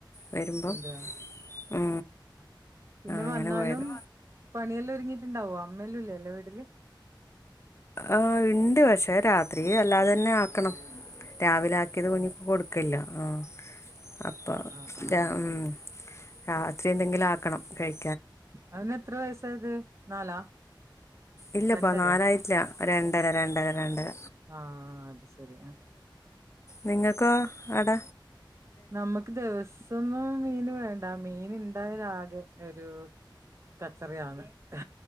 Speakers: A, on the left; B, on the right.
A: വരുമ്പം
B: അതെയോ
A: ആ
B: പിന്നെ
A: അങ്ങനെ
B: വന്നാലും
A: പോയത്
B: പണിയെല്ലാം ഒരുങ്ങിട്ടുണ്ടാവോ അമ്മല്ലും ല്ലേ അന്റെ വീട്ടില്
A: ആഹ് ഇണ്ട് പക്ഷേ രാത്രിക് അല്ലാതെന്നെ ആകണം രാവിലെ ആക്കിയത് കുഞ്ഞിക്ക്
B: ആഹ്
A: കൊടുക്കലോ മം അപ്പം
B: ആഹ് ആഹ് ആഹ്
A: അ
B: ആഹ്
A: മം രാത്രി എന്തെങ്കിലും ആക്കണം കഴി
B: അവന് എത്ര വയസായത് നാലാ
A: ഇല്ലപ്പാ
B: രണ്ടരയാ
A: നാലായിറ്റില്ല
B: എന്തോ
A: രണ്ടര രണ്ടര രണ്ടര
B: ആ ആ അത് ശരി അ..
A: നിങ്ങക്കോ അട..
B: നമ്മക്ക് ദിവസന്നും മീന് വേൻ.. ഡാ മീനിണ്ടായാൽ ആകെ ഒരു കച്ചറിയാണ് ഖേ